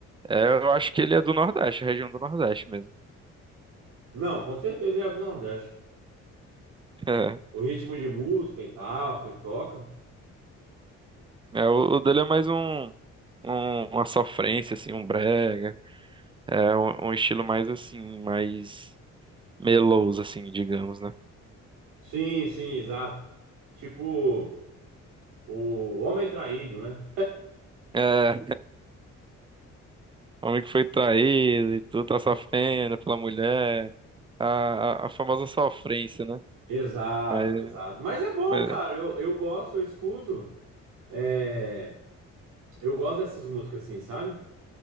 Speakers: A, on the right; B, on the right.
A: é, eu acho que ele é do Nordeste, região do Nordeste mesmo. <laughs>
B: Não, com certeza ele é do Nordeste.
A: É,
B: O ritmo de música e tal que ele toca.
A: é, o, o dele é mais um, um- uma sofrência, assim, um brega. É um, um estilo mais assim, mais meloso, assim, digamos, né?
B: Sim, sim, exato. Tipo, o homem traído, né?
A: É, O Homem que foi traído e tudo, tá sofrendo pela mulher. A, a, a famosa sofrência, né?
B: Exato,
A: Mas,
B: exato. Mas é bom,
A: mas,
B: cara. Eu, eu gosto, eu escuto. É, eu gosto dessas músicas, assim, sabe?